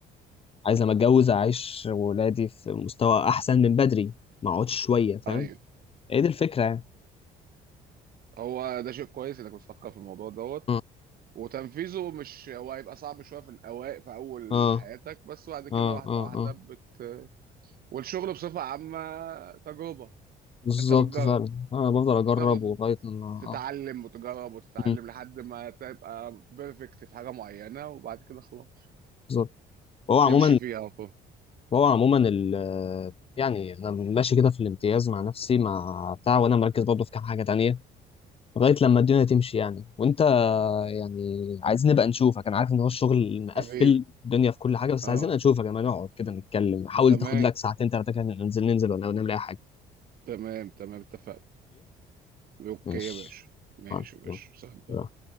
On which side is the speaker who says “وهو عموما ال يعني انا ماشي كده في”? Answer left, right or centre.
Left